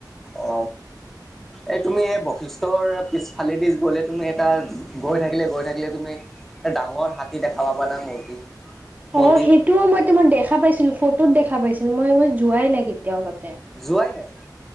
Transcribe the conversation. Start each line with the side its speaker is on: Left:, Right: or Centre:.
Centre: অ এই তুমি এই বশিষ্ট ৰ পিছফালেদিছ গ'লে তুমি এটা গৈ থাকিলে গৈ থাকিলে তুমি ডাঙৰ হাতী দেখা পাবা না মূৰ্তি মন্দিৰ
Right: অ সেইটোও মই তোমাৰ দেখা পাইছিলো ফটোত দেখা পাইছিলো মই মই যোৱাই নাই কেতিয়াও তাত
Centre: যোৱাই নাই